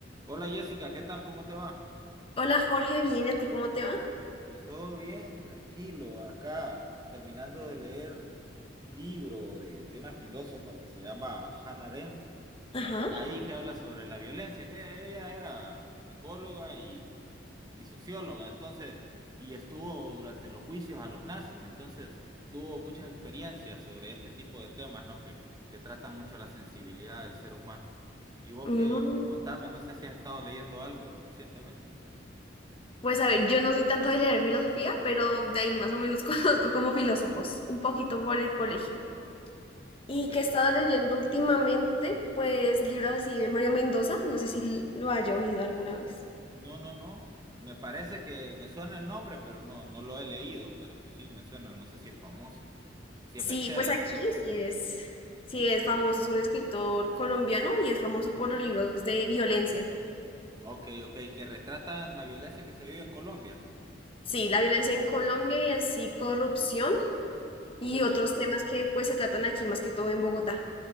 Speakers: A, on the right; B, on the left.
A: Hola Jessica, ¿qué tal? ¿Cómo te va?
B: Hola Jorge, bien, ¿y a ti cómo te va?
A: Pues todo bien, tranquilo, acá terminando de leer un libro de, de una filósofa que se llama Hannah Arendt,
B: Ajá.
A: ahí que habla sobre la violencia, que ella era psicóloga y, y socióloga, entonces, y estuvo durante los juicios a los nazis, entonces tuvo muchas experiencias sobre este tipo de temas, ¿no? Que, que tratan mucho la sensibilidad del ser humano. Y vos
B: Mm,
A: que contame, no sé si has estado leyendo algo recientemente.
B: Pues a ver, yo no soy tanto de leer filosofía, pero de ahí más o menos <laughs> conozco como filósofos, un poquito por el colegio. Y
A: Ok,
B: que he estado
A: ok.
B: leyendo últimamente, pues libros así de Mario Mendoza, no sé si lo haya oído alguna vez.
A: No, no, no. Me parece que me suena el nombre, pero no, no lo he leído, pero sí me suena, no sé si es famoso. Si
B: Sí,
A: es bestseller.
B: pues aquí sí es, sí es famoso, es un escritor colombiano y es famoso
A: Ok.
B: por los libros de violencia.
A: Ok, ok, que retratan la violencia que se vive en Colombia.
B: Sí, la violencia en Colombia y así corrupción y
A: Ok,
B: otros
A: pero
B: temas que pues se tratan aquí más que todo en Bogotá.